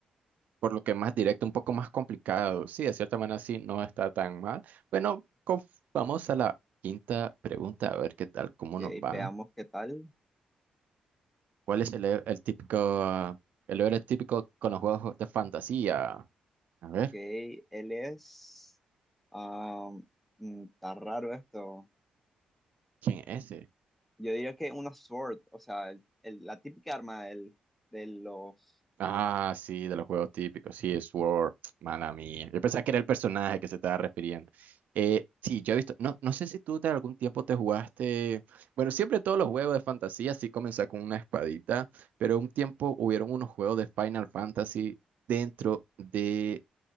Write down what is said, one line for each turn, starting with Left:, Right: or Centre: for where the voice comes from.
Right: Por lo que más directo, un poco más complicado. Sí, de cierta manera sí, no está tan mal. Bueno, conf- vamos a la quinta pregunta, a ver qué tal, cómo
Centre: Ok,
Right: nos va.
Centre: veamos qué tal.
Right: ¿Cuál es el, el típico, el héroe típico con los juegos de fantasía? A ver,
Centre: Ok, él es... ah, mm, está raro esto.
Right: ¿quién es ese?
Centre: Yo diría que una sword, o sea, el- el- la típica arma del, de los
Right: Ah, sí, de los juegos típicos, sí, Sword, mala mía. Yo pensaba que era el personaje que se estaba refiriendo. Eh, sí, yo he visto, no, no sé si tú de algún tiempo te jugaste, bueno, siempre todos los juegos de fantasía sí comenzó con una espadita, pero un tiempo hubieron unos juegos de Final Fantasy dentro de